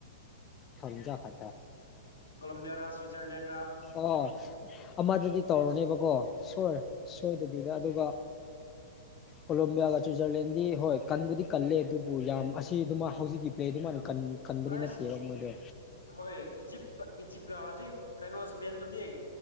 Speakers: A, on the left (about 25°); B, on the left (about 85°).
A: ꯊꯪꯖꯥ ꯈꯥ
B: ꯀꯣꯂꯝꯕꯤꯌꯥ ꯔ ꯁꯋꯤꯖꯔꯂꯦꯟꯗ ꯔ
A: ꯑ ꯑꯃꯗꯨꯗꯤ ꯇꯧꯔꯨꯅꯦꯕꯀꯣ ꯁꯣꯏ ꯁꯣꯏꯗꯕꯤꯗ ꯑꯗꯨꯒ
B: ꯎꯝ
A: ꯀꯂꯦꯝꯣꯕꯤꯌꯥꯒ ꯁ꯭ꯋꯤꯖꯔꯂꯦꯟꯗꯤ ꯍꯣꯏ ꯀꯟꯕꯨꯗꯤ ꯀꯜꯂꯦ ꯑꯗꯨꯕꯨ ꯌꯥꯝ ꯑꯁꯤ ꯑꯗꯨꯃ ꯍꯧꯖꯤꯛꯀꯤ ꯄ꯭ꯂꯦꯗꯨꯃꯥꯏꯅ ꯀꯟ ꯀꯟꯕꯗꯤ
B: ꯑꯁ
A: ꯅꯠꯇꯦꯕ ꯃꯣꯏꯗꯣ
B: ꯍꯣꯏ ꯏꯖꯤꯞꯇ ꯏꯖꯤꯞꯀ ꯍꯧꯖꯤꯛ ꯀꯩꯅꯣ ꯏꯁꯄꯦꯟꯗꯨꯗꯤ